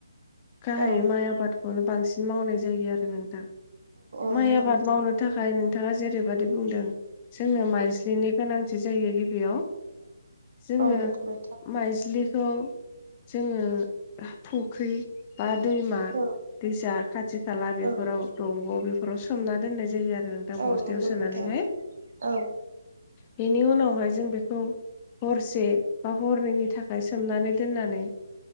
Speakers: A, on the left (about 25°); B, on the right (about 55°).
A: गाहायै
B: औ औ
A: माइ आबादखौनो बांसिन बि मावनाय जायो आरो नोंथां
B: नंगौ
A: माइ
B: नोंथां
A: आबाद मावनो
B: औ
A: थाखाय नों थाङा जेरैबायदि बुंदों जोंनो माइज्लिनि गोनांथि जायो गिबियाव। जोङो
B: औ नंगौ नोंथां
A: माइज्लि थ जोङो फुख्रि बा दैमा
B: औ
A: दैसा खाथि खाला बेफोराव
B: औ
A: दंग' बेफोराव सोमना दोननाय जायो आरो। नोंथां बस्थायाव
B: औ नंगौ
A: सोनानैहाय
B: नोंथां औ
A: बेनि उनावहाय जों बेखौ हरसे बा हरनैनि थाखाय सोमनानै दोननानै